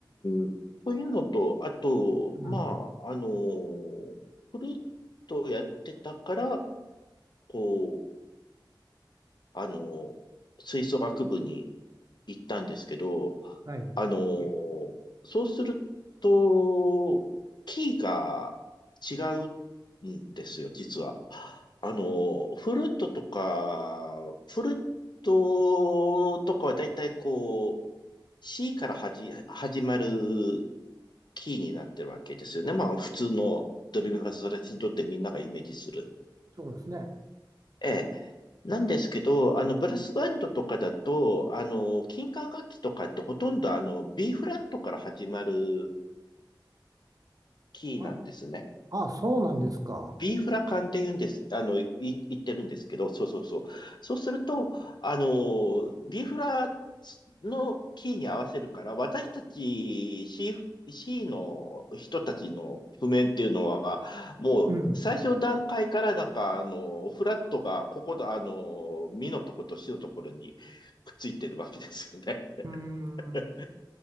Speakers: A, on the left; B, on the right.
A: ん。そういうのと、あと、
B: うん。
A: まあ、あの、フルートをやってたから、こう、あの、吹奏楽部に行ったんですけど、
B: はい。
A: あのーそうすると、キーが違うんですよ、実は。あのーフルートとか、フルートとかはだいたいこう、C から始始まるキーになってるわけですよね。まあ、普通のドレミファソラシドってみんながイメージする。
B: そうですね。
A: ええ。なんですけど、あの、ブラスバンドとかだと、あの、金管楽器とかってほとんどあの、B フラットから始まるキーなんですね。
B: あ、あ、そうなんですか。
A: ビーフラ缶って言うんです、あの、い、言ってるんですけど、そうそうそう。そうすると、あの、ビーフラのキーに合わせるから、私たち C、C の人たちの譜面っていうのは、もう最初の段階からなんか、
B: うん。
A: あの、フラットがここの、あの、ミのとことシのところにくっついてるわけですよね。
B: うーん。
A: <laughs>